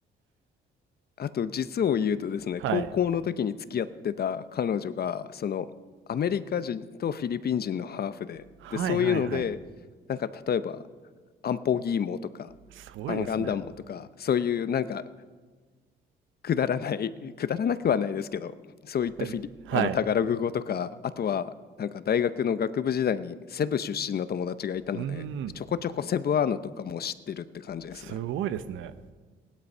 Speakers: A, on the left; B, on the right.
A: あと実を言うとですね、
B: はい。
A: 高校の時に付き合ってた彼女が、そのアメリカ人とフィリピン人のハーフで、
B: はいはいはい。
A: で、そういうので、なんか例えば、アンポギーモとか、
B: すごいですね。
A: アンガンダモとか、そういうなんかくだらない、<laughs> くだらなくはないですけど、そういったフィリ、
B: えはい。
A: あのタガログ語とか、あとはなんか大学の学部時代にセブ出身の友達がいたので、
B: うーん。
A: ちょこちょこセブアーノとかも知ってるって感じですね。
B: すごいですね。